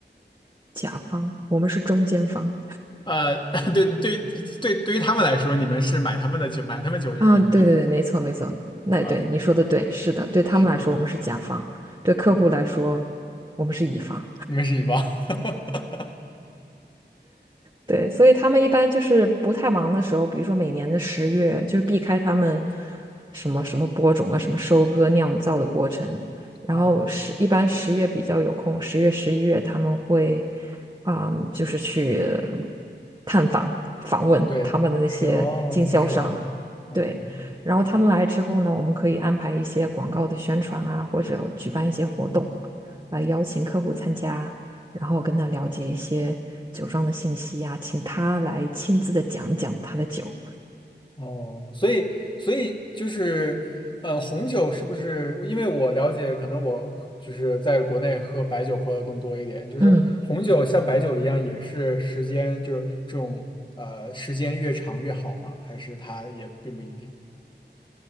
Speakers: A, on the right; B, on the left.
A: 甲方，我们是中间方。
B: 呃，<laughs> 对，对，对，对于他们来说，你们是买他们的酒，买他们酒的人
A: 啊，对对对，没错没错，那对你说的对，
B: <laughs> 啊。
A: 是的，对他们来说我们是甲方，
B: 是
A: 对客户来说
B: 啊，
A: 我们是乙方。
B: 你们是乙方，<laughs>
A: 对，所以他们一般就是不太忙的时候，比如说每年的十月，就是避开他们什么什么播种啊、什么收割、酿造的过程。然后十一般十月比较有空，
B: 哦，
A: 十月、十一月他们会啊、就是去探访、访问他们的那些经销商。
B: 对，是哦，是吧？哦，
A: 对，然后他们来之后呢，我们可以安排一些广告的宣传啊，或者举办一些活动，
B: 嗯，
A: 来邀请客户参加。然后跟他了解一些酒庄的信息啊，请他来亲自的讲一讲他的酒。
B: 哦，所以，所以就是，呃，红酒是不是？因为我了解，可能我喝就是在国内喝白酒喝的更多一点，就是红酒像白酒一样，
A: 嗯，
B: 也是时间就是这种呃，时间越长越好吗？还是它也并不一定？